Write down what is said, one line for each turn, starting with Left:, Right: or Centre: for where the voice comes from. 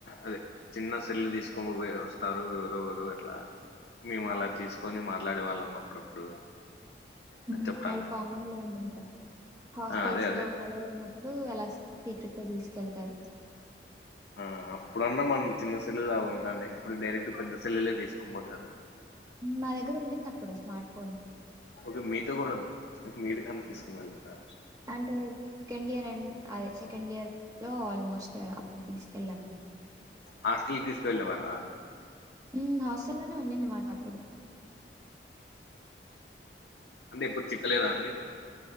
Left: అదే చిన్న సెల్ తీసుకొని వస్తారు ఎవరెవరు అట్లా మేము అలా తీసుకొని మాట్లాడే వాళ్ళం అప్పుడప్పుడు
Right: ఉ
Left: అని చెప్తాండు
Right: అది కామన్ లేండి ఇంకా హాస్టల్స్
Left: ఆ అదే అదే
Right: లో అలలు అయినప్పుడు అలా సీక్రెట్ గా తీసుకెళ్తారు
Left: ఆ అప్పుడన్నా మనం చిన్న సెల్లులాగా ఉంటా అంటే ఇప్పుడు డైరెక్ట్ పెద్ద సెల్లులు లే తీసుకొని పోతారు
Right: నా దగ్గర ఉండింది అప్పుడు స్మార్ట్ ఫోన్
Left: ఓకే మీతో కూడా మీరుగాని తీసుకుని వెళ్తా
Right: అంటే సెకండ్ ఇయర్ అండ్ అదే సెకండ్ ఇయర్ లో ఆల్మోస్ట్ అప్పుడు తీసుకెళ్ళాం
Left: హాస్టల్కి తీసుకువెళ్ళే వాళ్ళ
Right: ఉ హాస్టల్లోనే ఉన్నింది మాతొ ఆప్పుడు
Left: అంటే ఎప్పుడు చిక్కలేదా అండి